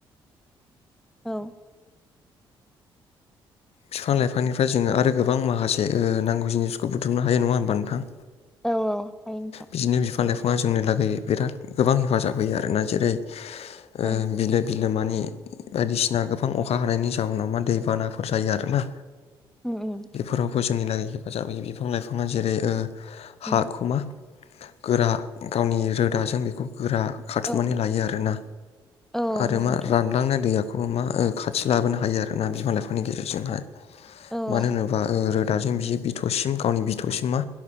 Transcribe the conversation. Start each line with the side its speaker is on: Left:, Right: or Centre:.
Centre: औ।
Left: बिफां लाइफांनिफ्राय जोङो आरो गोबां माखासे नांगौ जिनिसखौ बुथुमनो हायो नङा होमबा नोंथां?
Centre: औ औ। हायो नोंथां
Left: बिदिनो बिफां-लाइफां जोंनि लागै बिराद गोबां हेफाजाब होयो आरोना जेरै उम
Centre: ओं
Left: बिनो बि बिमानि बायदिसिना गोबां अखा हानायनि जाहोनाव मा दै बाना जायो आरोना
Centre: उम उम
Left: बेफोरावबो ज' जोंनिलागै हेफाजाब होयो बिफां लाइफाङा जेरै हा
Centre: उम
Left: ख'मा गोरा गावनि रोदाजों बेखौ गोरा खाथुमनानै
Centre: औ
Left: लायो आरोना
Centre: औ
Left: आरो
Centre: नंगौ
Left: मा
Centre: नोंथां
Left: रानलांनाय दैया बेखौ मा खाथि लाबोनो हायो आरोना बिमा लाइफांनि गेजेरजोंहाय।
Centre: औ ओं
Left: मानो होनोबा रो दाजों बियो बिथौसिम गावनि बिथौसिम मा?